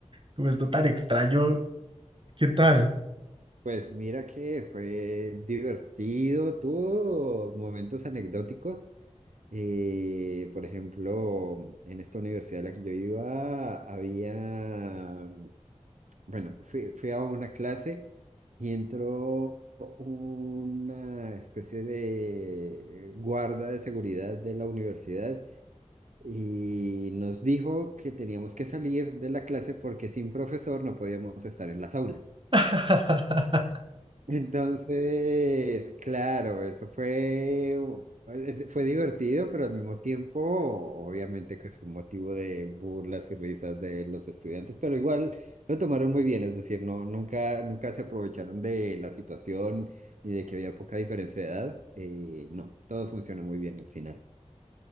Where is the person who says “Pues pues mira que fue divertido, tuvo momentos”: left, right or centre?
Right